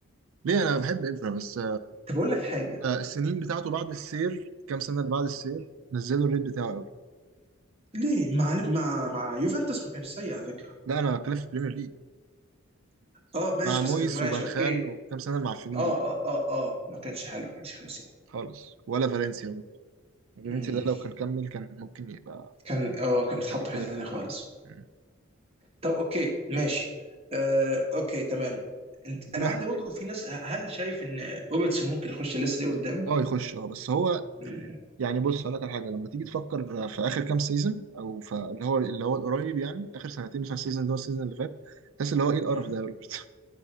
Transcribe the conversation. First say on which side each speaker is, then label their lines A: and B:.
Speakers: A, on the right (about 70°); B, on the right (about 30°).
A: ليه انا بحب ايفرا بس
B: طب اقول لك حاجه
A: آه، السنين بتاعته بعد السير كام سنة اللي بعد السير نزلوا الريت بتاعه قوي
B: ليه مع مع مع يوفنتوس ما كانش سيء على فكره
A: لا أنا بتكلم في البريمير ليج
B: اه ماشي
A: مع مويس
B: بس ماشي
A: وفان
B: اوكي
A: خال وكام سنة المعفنين
B: اه
A: دول
B: اه اه اه ما كانش حلو ما كانش حلو الصراحه
A: خالص ولا فالنسيا برضه. فالنسيا
B: مم،
A: ده لو كان كمل كان ممكن يبقى
B: كان اه كان اتحط
A: أحسن من
B: في
A: كده
B: حته
A: بكتير
B: ثانيه خالص
A: مم.
B: طب اوكي ماشي آه اوكي تمام انت
A: محور
B: انا عندي برضه في ناس هل شايف ان روبرتسون ممكن يخش لسه دي قدام؟
A: اه يخش اه بس هو
B: مم،
A: يعني بص هقول لك على حاجه لما تيجي تفكر في اخر كام سيزون او في اللي هو اللي هو القريب يعني اخر سنتين مثلا السيزون ده والسيزون اللي فات تحس اللي هو ايه القرف
B: مم.
A: ده يا روبرت